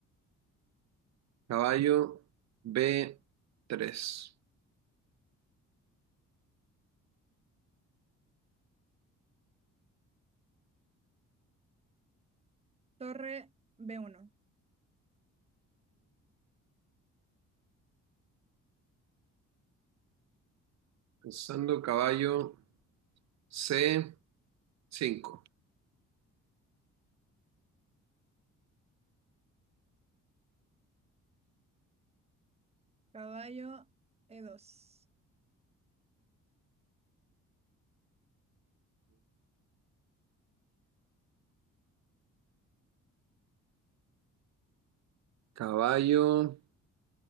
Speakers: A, on the right (about 60°); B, on the right (about 20°).
A: Caballo b tres,
B: Torre b uno.
A: Pensando caballo c cinco,
B: Caballo e dos.
A: Caballo